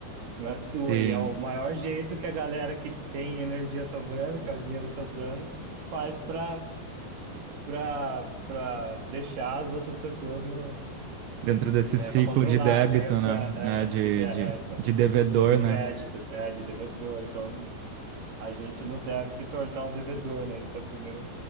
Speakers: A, on the right; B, on the right.
A: não é sua.
B: sim.
A: E é o maior jeito que a galera que tem energia sobrando, que é o dinheiro sobrando, faz para para para deixar as outras pessoas no,
B: Dentro desse
A: é,
B: ciclo
A: para controlar
B: de débito,
A: dentro
B: né?
A: é,
B: É, de,
A: é, de- de- é,
B: de,
A: então.
B: de devedor,
A: de crédito,
B: né?
A: é, de devedor. Então, a gente não deve se tornar um devedor, né? Isso é o primeiro